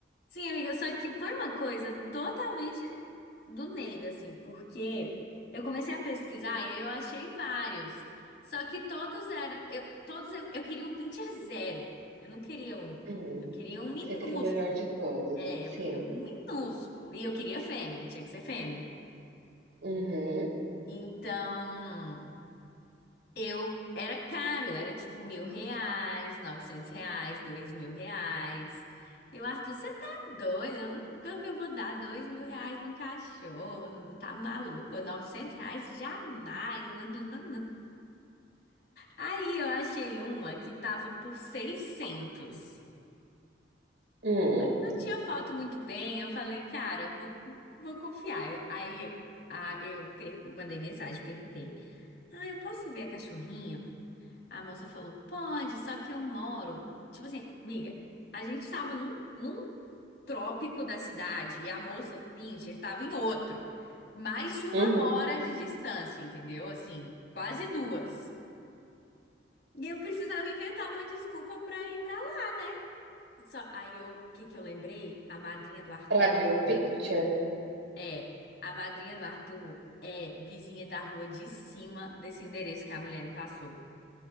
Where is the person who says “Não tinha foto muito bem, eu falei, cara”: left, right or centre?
Left